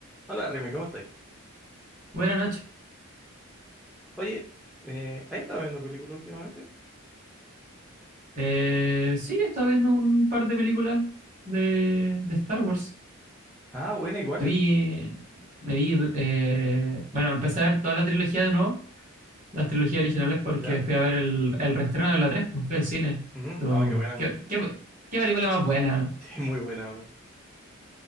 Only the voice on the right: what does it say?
Buena Nacho.
Eh, sí, he estado viendo un par de películas de, de Star Wars.
Me
vi, me vi, eh, bueno, empecé a ver toda la trilogía de nuevo, las trilogías originales,
porque fui a ver el, el reestreno de la 3, pues fui al cine.
Entonces,
¿qué, qué- qué película más buena?